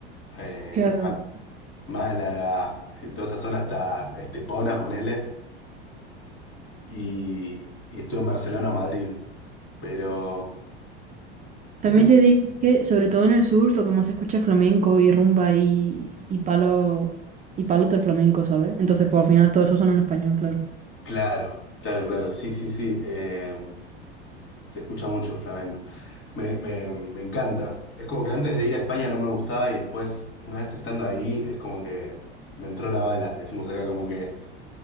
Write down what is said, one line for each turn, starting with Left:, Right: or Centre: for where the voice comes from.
Left: eh,
Right: claro.
Left: Ma- Málaga, eh, toda esa zona hasta Estepona, ponele, y, y estuve en Barcelona o Madrid, pero,
Right: También
Left: no sé,
Right: te digo que, sobre todo en el sur, lo que más se escucha es flamenco y rumba y, y palos y palos del flamenco, ¿sabes? Entonces, pues al final todo eso son en español, claro.
Left: claro, claro, claro, sí, sí, sí, eh, se escucha mucho flamenco, me, me, me encanta, es como que antes de ir a España no me gustaba y después, una vez estando ahí, es como que me entró la bala, decimos acá, como que...